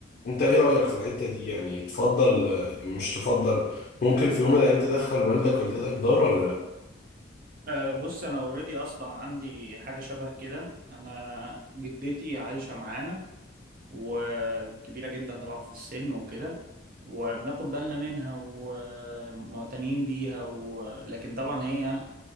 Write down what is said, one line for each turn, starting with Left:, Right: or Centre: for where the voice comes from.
Left: انت ايه رأيك
Right: مم.
Left: في الحتة دي يعني تفضل آه، مش تفضل ممكن في يوم من الايام تدخل والدك والدتك دار ولا لا
Right: أه بص انا اوريدي اصلا عندي حاجه شبه كده انا جدتي عايشه معانا وكبيره جدا طبعا في السن وكده وبناخد بالنا منها ومعتنيين بيها و... لكن طبعا هي